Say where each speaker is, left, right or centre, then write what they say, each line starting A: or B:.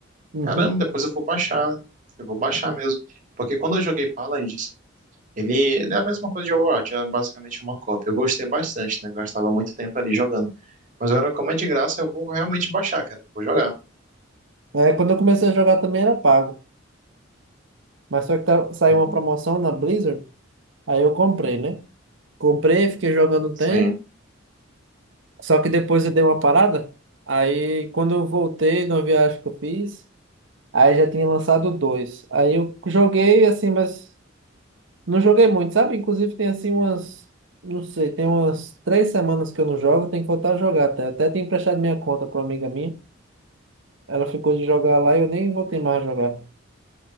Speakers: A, on the right; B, on the right.
A: Uhum.
B: Caramba, depois eu vou baixar. Eu vou baixar mesmo. Porque quando eu joguei Paladins, ele, ele é a mesma coisa de Overwatch, é basicamente uma cópia. Eu gostei bastante, né? Gastava muito tempo ali jogando. Mas agora, como é de graça, eu vou realmente baixar, cara. Vou jogar.
A: É, quando eu comecei a jogar também era pago, mas só que tá- saiu
B: Uhum.
A: uma promoção na Blizzard, aí eu comprei, né? Comprei, fiquei jogando um
B: Sim,
A: tempo, só que depois eu dei uma parada. Aí quando eu voltei de uma viagem que eu fiz, aí já tinha lançado dois. Aí eu joguei assim, mas Não joguei muito, sabe? Inclusive tem assim umas, não sei, tem umas três semanas que eu não jogo, tem que voltar a jogar até. Até tenho emprestado minha conta para uma amiga minha. Ela ficou de jogar lá e eu nem voltei mais a jogar.